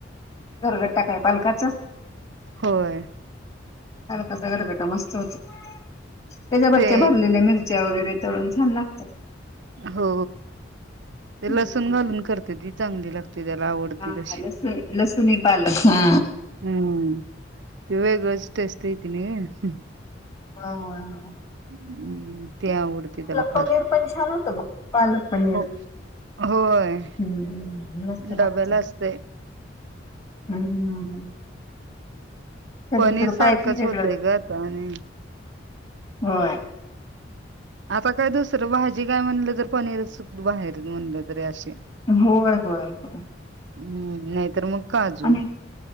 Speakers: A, on the left; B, on the right.
A: घरघट्टा काय पालकाचा?
B: होय
A: पालकाचा गरगट्टा मस्त होतो. त्याच्यावरती
B: ते
A: भरलेल्या मिरच्या वगैरे तळून छान! लागतयं.
B: हो, ते
A: हम्म
B: लसूण घालून करते. ती चांगली लागते. त्याला, आवडते
A: हा
B: कशी
A: लसूण लसुणी पालक हा.
B: हम्म! विगळचं टेस्ट येती नाइ.
A: हा ह.
B: हम्म ते आवडते त्याला फार
A: पनीर पण छान होतं बघ पालक पनीर.
B: हो होय
A: हम्म मस्त लागतय
B: डब्याला असत
A: हम्म कधी
B: पनीर
A: तर पाहिजे
B: सारखंच
A: वेगळं
B: होतय ग आता आणि
A: होय
B: आता काय दुसरं भाजी काय म्हणलं तर पनीर बाहेर म्हणलं तरी अशी
A: होय होय होय
B: हम्म नाहीतर मग काजू
A: आणि